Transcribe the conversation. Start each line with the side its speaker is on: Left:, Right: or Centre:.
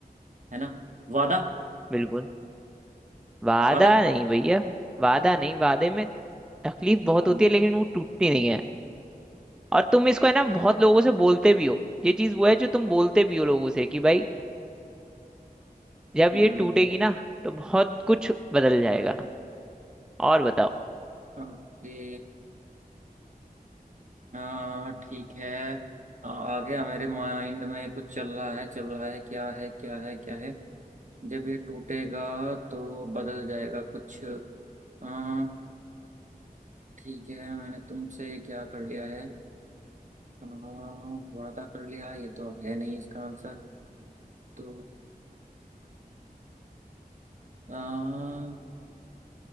Right: है ना वादा
Centre: बिल्कुल वादा
Right: वादा
Centre: नहीं भैया वादा नहीं वादे में तकलीफ बहुत होती
Right: हम्म,
Centre: है लेकिन वो टूटती नहीं है और तुम इसको है ना बहुत लोगों से बोलते भी हो ये चीज वो है जो तुम बोलते भी हो लोगों से कि भाई जब
Right: हम्म,
Centre: ये टूटेगी ना तो बहुत कुछ बदल जाएगा और बताओ
Right: ओके हाँ ठीक है आ आ गया मेरे माइंड में कुछ चल रहा है चल रहा है क्या है क्या है क्या है जब ये टूटेगा तो बदल जाएगा कुछ हाँ ठीक है मैंने तुमसे क्या कर लिया है आ, वादा कर लिया ये तो है नहीं इसका आंसर तो आ,